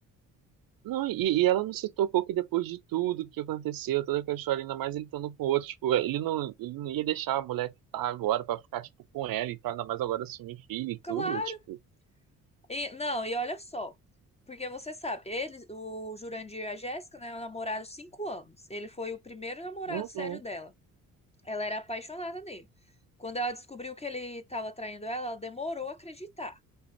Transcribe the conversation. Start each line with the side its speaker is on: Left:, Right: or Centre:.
Right: Não, e, e ela não se tocou que depois de tudo que aconteceu, toda aquela história, ainda mais ele estando com outro, tipo, ele não, ele não ia deixar a mulher que tá agora pra ficar, tipo, com ela e tal, ainda mais agora assumir filho e
Left: Claro.
Right: tudo, tipo,
Left: E, não, e olha só. Porque você sabe, eles, o Jurandir e a Jéssica, né, namoraram cinco anos. Ele foi o primeiro namorado
Right: uhum,
Left: sério dela. Ela era apaixonada nele. Quando ela descobriu que ele estava traindo ela, ela demorou a acreditar.